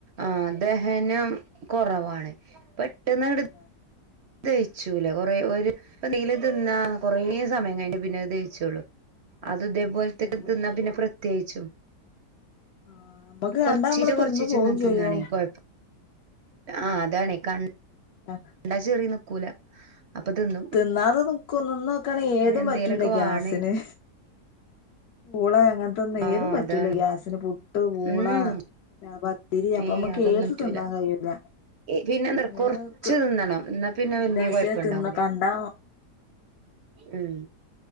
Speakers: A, on the right; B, on the left.
A: ആഹ് ദഹനം കുറവാണ് പെട്ടെന്ന് എടു
B: തന്നെ
A: ദയിച്ചൂല കൊറേ ഒരു എന്തെങ്കിലും തിന്നാ കൊറേ സമയം കഴിഞ്ഞ് പിന്നെ ദഹിച്ചോള്ളു. അത് തേപോലത്തെക്കെ
B: തന്നെ
A: തിന്നാ പിന്നെ പ്രത്യേകിച്ചും.
B: ആ ആ നമ്മക്ക്
A: കൊറച്ചീച്ച
B: കണ്ടാ നമ്മള്
A: കൊറച്ചീച്ച
B: തിന്നു പോവും
A: ഇങ്ങനെ
B: ചെയ്യും
A: തിന്നാണെ കൊഴപ്പം ആഹ് അതാണേ കൺ
B: ആഹ്
A: <unintelligible> നിക്കൂല അപ്പൊ തിന്നും
B: തിന്നാതെനിക്കൂ നിന്ന് നോക്കാണെങ്കിൽ ഏതും
A: എന്തേലൊക്കെ
B: പറ്റൂല
A: വാണേനും
B: ഗ്യാസിന്. പൂള അങ്ങനത്തൊന്നും
A: ആഹ്
B: ഏതും പറ്റൂല
A: അതാണ്
B: ഗ്യാസിന് പുട്ട്, പൂള
A: ഉം
B: പത്തിരി അപ്പൊ
A: ഏയ്
B: മ്മക്ക്
A: അതൊന്നും
B: ഏത്
A: പറ്റൂല
B: തിന്നാൻ കയിയൂല്ല.
A: പിന്നെന്താ
B: ഏഹ്
A: കൊറച്ച് തിന്നണം എന്നാ
B: <unintelligible>
A: പിന്നെ വല്യ കൊഴപ്പണ്ടാവൂല
B: തിന്ന കണ്ടാ
A: ഉം